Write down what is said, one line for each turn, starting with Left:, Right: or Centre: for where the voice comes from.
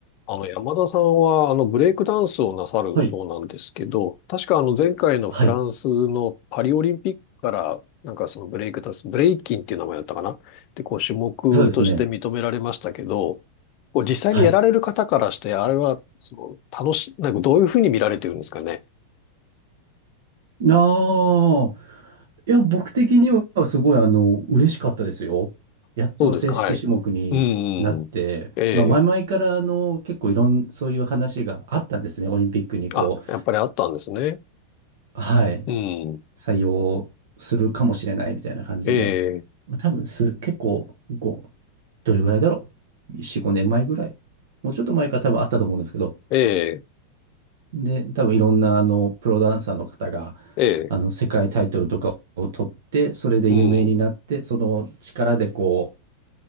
Left: あの、山田さんは、あの、ブレイクダンスをなさるそうなんですけど、
Right: はい。
Left: 確かあの、前回のフランスのパリオリンピックから、
Right: はい。
Left: なんかそのブレイクダンス、ブレイキンっていう名前だったかなで、こう、種目として認められましたけど、
Right: そうですね。
Left: こう、実際にやられる方からして、
Right: はい。
Left: あれは、その、楽し、なんかどういうふうに見られてるんですかね。
Right: ああ、いや、僕的にはすごい、あの、嬉しかったですよ。やっと正式種目になって、
Left: そうですか、はい。うん、うん。ええ。
Right: まあ、前々から、あの、結構いろん、そういう話があったんですね。オリンピックに、こう、
Left: あ、やっぱりあったんですね。
Right: はい、
Left: うん。
Right: 採用するかもしれないみたいな感じで。
Left: ええ、
Right: 多分す、結構、こう、どれぐらいだろう。4、5年前ぐらい。もうちょっと前から多分あったと思うんですけど、
Left: ええ、
Right: で、多分いろんなあのプロダンサーの方が
Left: ええ、
Right: あの世界タイトルとかを取って、それで有名になって、
Left: うん。
Right: その力でこう